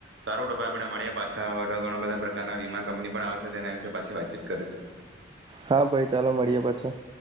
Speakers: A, on the right; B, on the right.
A: સારો ટપ આપણે મળ્યા પાછા અવે તો ઘણા બધા પ્રકારના વીમા કંપની પણ આવશે તેના વિશે પાછી વાતચીત કરીશું.
B: હા ભાઈ ચાલો મળીએ પાછો <inaudible>